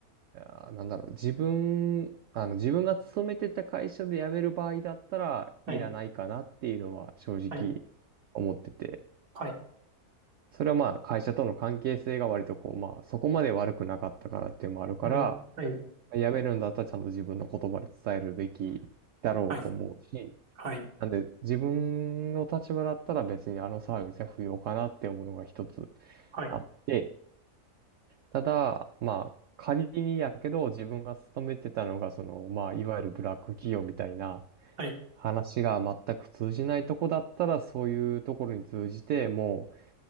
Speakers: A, on the right; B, on the right.
A: あーなんだろう、自分、あの、自分が勤めてた会社で辞める場合だったら、
B: はい、
A: いらないかなっていうのは正直
B: はい、
A: 思ってて、
B: はい、
A: それはまあ、会社との関係性が割とこう、まあ、そこまで悪くなかったからっていうのもあるから、
B: うん、はい、
A: やめるんだったらちゃんと自分の言葉で伝えるべきだろうと思うし、
B: はい、はい、
A: なんで自分の立場だったら別にあのサービスは不要かなって思うのが一つ
B: はい、
A: あって、ただ、まあ仮にやけど自分が勤めてたのがその、まあいわゆるブラック企業みたいな
B: はい、
A: 話が全く通じないとこだったらそういうところに通じてもう